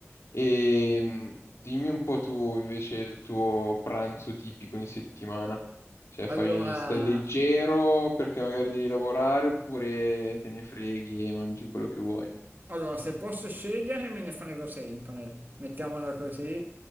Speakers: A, on the left (about 70°); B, on the right (about 40°).
A: E mh, dimmi un po' tu invece il tuo pranzo tipico in settimana. Cioè, fai,
B: Allora,
A: stai leggero perché magari devi lavorare oppure te ne freghi e mangi quello che vuoi.
B: allora, se posso scegliere me ne frego sempre, mettiamola così, e,